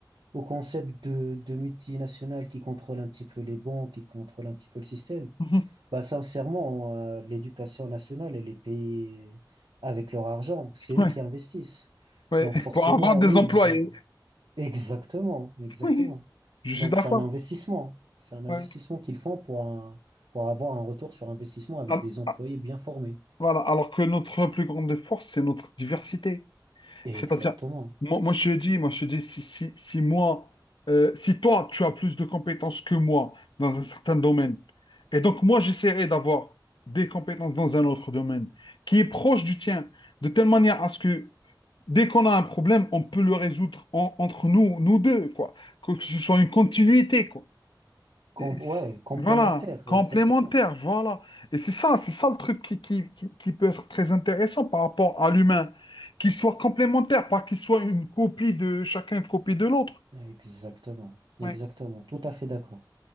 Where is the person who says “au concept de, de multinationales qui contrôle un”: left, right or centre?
Right